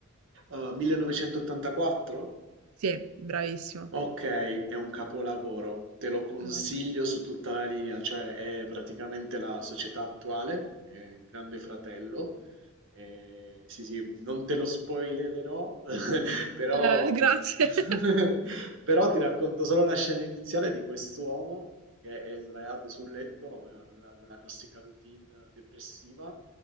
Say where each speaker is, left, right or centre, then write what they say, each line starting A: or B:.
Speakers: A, on the right; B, on the right.
A: Eh, 1984?
B: Sì, bravissimo.
A: Ok, è un capolavoro, te lo consiglio
B: Ah, Ecco.
A: su tutta la linea, cioè è praticamente la società attuale, è il Grande Fratello. Eh, sì, sì, non te lo spoilererò, <laughs> però,
B: Eh, grazie.
A: <laughs>
B: <laughs>
A: però ti racconto solo la scena iniziale di quest'uomo che è sdraiato sul letto, eh, la, la classica routine depressiva,